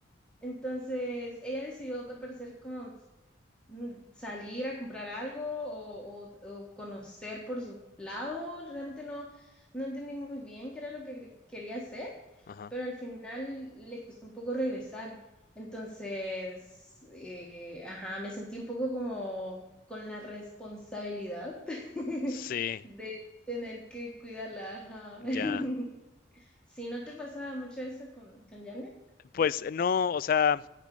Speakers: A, in the centre; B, on the left (about 45°).
A: Entonces, ella decidió, al parecer, como mm, salir a comprar algo o, o- o conocer por su lado. Realmente no, no entendí muy bien qué era lo que quería hacer.
B: Ajá.
A: pero al final le costó un poco regresar. Entonces, eh, ajá, me sentí un poco como con la responsabilidad <laughs>
B: Sí,
A: de tener que cuidarla, ajá. <laughs>
B: ya.
A: Sí, ¿no te pasaba mucho eso con, con Janet?
B: Pues no, o sea,